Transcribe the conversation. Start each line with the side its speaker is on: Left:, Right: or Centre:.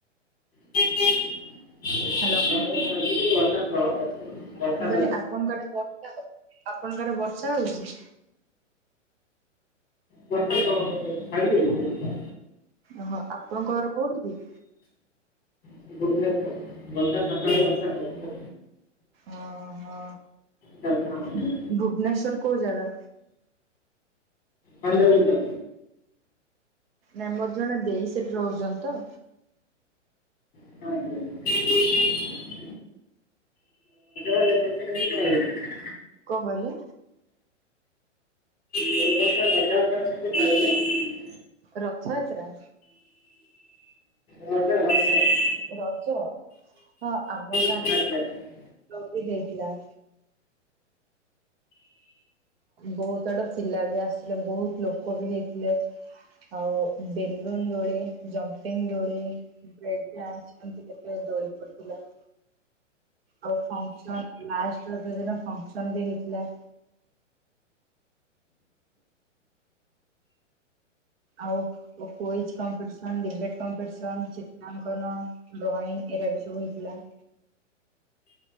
Left: <inaudible> ି। <inaudible>
Right: ହ୍ୟାଲୋ।
Left: <inaudible> ବର୍ଷା କମ୍ ଅଛି। ବର୍ଷା
Right: ମୁ କହିଲି ଆପଣଙ୍କ ଆଡ଼େ ବର୍ଷା ଆପଣଙ୍କ ଆଡେ ବର୍ଷା ହଉଛି?
Left: ବର୍ଷା ତ ଛାଡ଼ି ଯାଇଛି ଏନିକା।
Right: ଓହୋ। ଆପଣଙ୍କ ଘର କୋଉଠି କି?
Left: <unintelligible> ବର୍ଷା ସକାଳୁ ବର୍ଷା ହୋଉଥିଲା।
Right: ଓଁ ହଁ।
Left: ତାପରେ ଆମ
Right: ଭୁବନେଶ୍ଵର କୋଉ ଜାଗା?
Left: ବାଣୀବିହାର ଯୋଉଟା।
Right: ନାଇଁ ମୋର ଜଣେ ଦେଇ ସେଠି ରହୁଛନ୍ତି ତ।
Left: ଆଜ୍ଞା। <unintelligible>
Right: କଣ କହିଲେ?
Left: <inaudible> ଜାଗା ଉପରେ କେମିତି ପାଇଲେ?
Right: ରଥଯାତ୍ରା।
Left: ରଜ ରଜ।
Right: ରଜ ହଁ ଆମ ଗାଁରେ
Left: ଆଜ୍ଞା ଆଜ୍ଞା ଆଜ୍ଞା
Right: <inaudible> ହେଇଥିଲା। ବହୁତ ଆଡୁ ପିଲା ବି ଆସିଥିଲେ ବହୁତ ଲୋକ ବି ହେଇଥିଲେ। ଆଉ ବେଲୁନ ଦୋଳି, ଜମ୍ପିଙ୍ଗ ଦୋଳି। ବ୍ରେକ ଡାନ୍ସ ଏମିତି କେତେ ଦୋଳି ପଡିଥିଲା। ଆଉ ଫଙ୍କସନ ଲାଷ୍ଟ ରଜ ଦିନ ଫଙ୍କସନ ବି ହେଇଥିଲା। ଆଉ କୁଇଜ୍ କମ୍ପିଟିସନ୍, ଡିବେଟ୍ କମ୍ପିଟିସନ୍, ଚିତ୍ରାଙ୍କନ। ଡ୍ରଇଂ ଏଇରା ବି ସବୁ ହେଇଥିଲା।